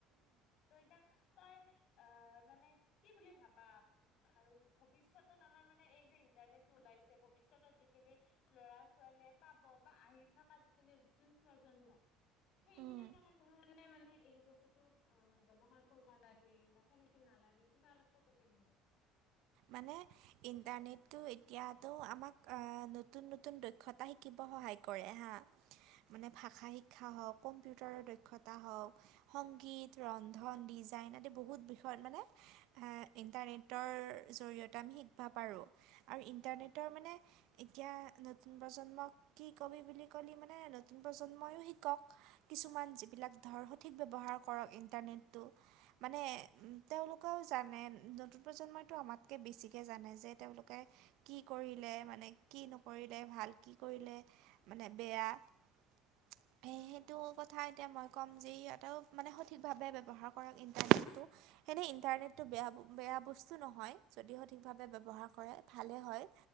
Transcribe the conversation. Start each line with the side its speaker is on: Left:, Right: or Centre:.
Left: ত' এতিয়া তই আহ মানে কি বুলি ভাবা আৰু ভৱিষ্যতত আমাৰ মানে এই যে ইন্টাৰনেটটো ওলাইছে ভৱিষ্যতত যিখিনি ল'ৰা ছোৱালীয়ে পাব বা আহি থকা যিখিনি নতুন প্ৰজন্ম। সেই
Right: উম।
Left: খিনি কাৰনে ধৰি লোৱা মানে এ বস্তুতোক অ', ব্যৱহাৰ কৰিবা লাগে বা কেনেকে নালাগে কিবা অলপ কব পাৰিবি নেকি।
Right: মানে ইণ্টাৰনেটটো এতিয়াতো আমাক নতুন নতুন দক্ষতা শিকিব সহায় কৰে হা মানে ভাষা শিক্ষা হওক কম্পিউটাৰৰ দক্ষতা হওক সংগীত ৰন্ধন ডিজাইন আদি বহুত বিষয়ত মানে ইণ্টাৰনেটৰ জৰিয়তে আমি শিকিব পাৰোঁ আৰু ইণ্টাৰনেটৰ মানে এতিয়া নতুন প্ৰজন্মক কি কবি বুলি কলি মানে নতুন প্ৰজন্মইও শিকক। কিছুমান যিবিলাক ধৰ সঠিক ব্যৱহাৰ কৰক ইণ্টাৰনেটটো। মানে উ তেওঁলোকেও জানে নতুন প্ৰজন্মইতো আমাক কৈ বেছিকৈ জানে যে তেওঁলোকে কি কৰিলে মানে কি নকৰিলে ভাল কি কৰিলে মানে বেয়া স সেইটো
Left: উম উম
Right: কথা এতিয়া মই কম যি ইহঁতেও মানে সঠিকভাৱে ব্যৱহাৰ কৰক ইণ্টাৰনেটটো সেনেই ইণ্টাৰনেট এইটো বেয়া
Left: উম,
Right: বেয়া বস্তু নহয়। যদি সঠিকভাৱে ব্যৱহাৰ কৰে ভালে হয়,